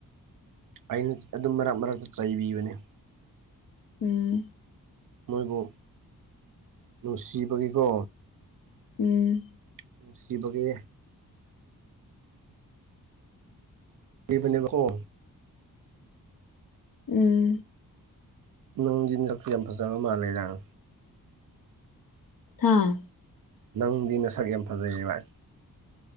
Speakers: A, on the right (about 65°); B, on the left (about 70°).
A: ꯑꯩꯅ ꯑꯗꯨꯝ ꯃꯔꯛ ꯃꯔꯛꯇ ꯆꯩꯕꯤꯕꯅꯤ
B: ꯎꯝ
A: ꯃꯣꯏꯕꯨ ꯅꯨꯡꯁꯤꯕꯒꯤꯀꯣ
B: ꯎꯝ
A: ꯅꯨꯡꯁꯤꯕꯒꯤ ꯍꯩꯕꯅꯦꯕꯀꯣ
B: ꯎꯝ
A: ꯅꯪꯗꯤ ꯅꯈꯨ ꯌꯥꯝ ꯐꯖꯕ ꯃꯥꯜꯂꯦꯗꯥꯡ
B: ꯍꯥꯥ
A: ꯅꯪꯗꯤ ꯅꯁꯛ ꯌꯥꯝ ꯐꯖꯩꯌꯦ ꯚꯥꯏ